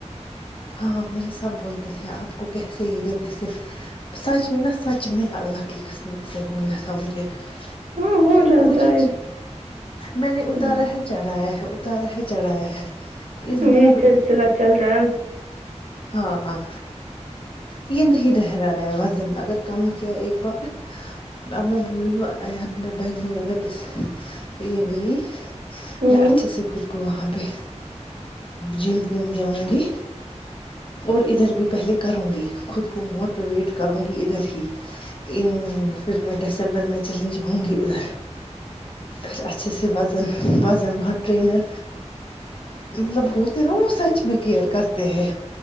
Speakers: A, on the left; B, on the right.
A: ہاں مجھے سب بولتے تھے آپ کو کیسے یہ کیسے سچ میں نا سچ میں اللہ کی قسم سے ہو گیا تھا مجھے
B: ہاں ہو
A: پھر
B: جاتا
A: مجھے
B: ہے
A: میں نے اتارا
B: ہ
A: ہے چڑھایا ہے اتارا ہے چڑھایا ہے اس بار
B: یہ سلسلہ چل رہا ہے
A: ہاں ہاں یہ نہیں رہ را وزن اگر کم کیا ایک بار اب میں بول رہی ہوں میں بنگلور اگر یہ گئی
B: ہ
A: میں اچھے س خود کو وہاں پہ جم وم جاؤں گی اور ادھر بھی پہلے کروں گی خود کو موٹیویٹ کروں گی ادھر ہی ان پھر میں دسمبر میں چلی جاؤ گی ادھر پھر اچھے سے وزن وزن وہاں ٹرینر مطلب ہوتے نا وہ سچ میں کیئر کرتے ہیں